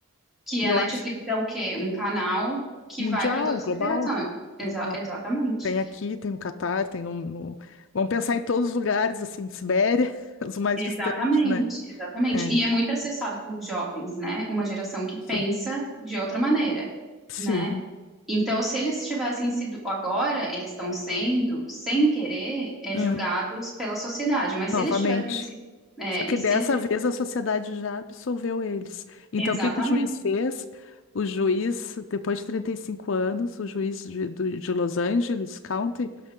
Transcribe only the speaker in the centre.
que
a
Netflix
é o quê? Um canal que
vai para todas
as gerações. Exa-
exatamente,
exatamente,
exatamente.
E é muito acessado por jovens, né? Uma geração que pensa
de outra maneira,
né? Então, se eles tivessem sido, agora eles estão sendo, sem querer, eh,
julgados pela sociedade, mas se
eles tivessem sido, eh,
e
se eles,
exatamente,